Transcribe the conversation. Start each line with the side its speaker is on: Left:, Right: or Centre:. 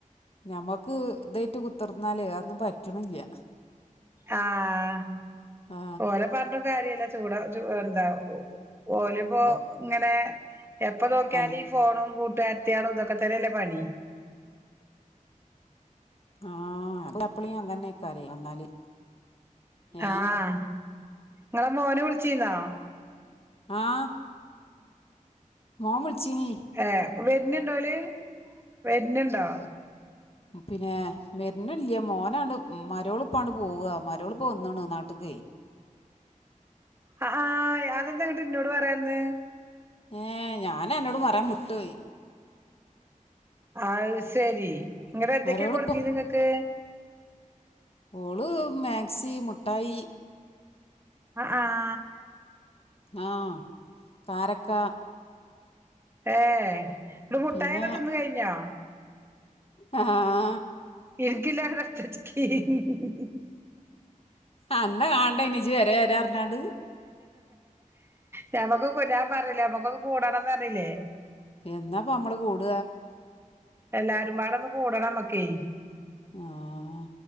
Left: ഞമ്മുക്ക് ഇതേറ്റ് കുത്തിർന്നാൽ അത് ഒന്നും പറ്റണില്ല
Right: ആഹ്
Left: ആ
Right: ഓലെ പറഞ്ഞിട്ടും കാര്യല്ല ചൂട ച എന്താ ഓലി ഇപ്പോ
Left: അത്
Right: ഇങ്ങനെ എപ്പ നോക്കിയാല
Left: നല്ല
Right: ഫോണും കൂട്ടുകരിത്തിയോളും ഇതൊക്കെ തന്നല്ലേ പണി
Left: ആഹ് എപ്പളിയും അങ്ങനെക്കറല് വന്നാല് ഏഹ്
Right: ആഹ് നിങ്ങളെ മോന് വിളിച്ചിനോ
Left: ആഹ് മോൻ വിളിച്ചീനി
Right: ഏഹ് വരനു ഉണ്ടോല് വരണിണ്ടോ
Left: പിന്നെ മെരുന്നില്ലയ മോനാണ് മരവോളുപ്പാണ് പോവുക മരവോളുപ്പ് വന്നാണ് നാട്ട ട്ടികേ
Right: ആഹ് ആഹ് അതെന്താ ന്നീട് എന്നോട് പറയതെ ഇരുന്നേ
Left: ഏഹ് ഞാൻ അന്നോട് പറയാൻ വിട്ടുപോയി
Right: അത് ശെരി ഇങ്ങടെ എന്തൊക്കെയ
Left: മരോളിപ്പോ
Right: കൊണ്ടുന്നീ നിങ്ങക്ക്
Left: ഓളു മാക്സി മുഠായി
Right: അഹ് ആഹ്
Left: ആഹ് കാരക്ക
Right: ഏഹ് എന്നിട്ട് മുട്ടായൊക്കെ
Left: പിന്നെ
Right: തിന്ന് കയ്ഞ്ഞോ?
Left: ആഹ്
Right: <unintelligible>
Left: അന്നെ കാണണ്ടെയ്ന് ജ്ജ് വരാ വരാർഞ്ഞാണ്ട്.
Right: ഞമ്മക്ക് കുഞ്ഞ ഞാൻ പർഞ്ഞിലെ ഞമ്മക്കൊന്ന് കൂടന്നർഞ്ഞിലെ.
Left: എന്നാപ്പ നമ്മള് കൂട
Right: എല്ലാരുമ്പാടൊന്ന് കൂടണമ്മക്കെയ്.
Left: ആഹ്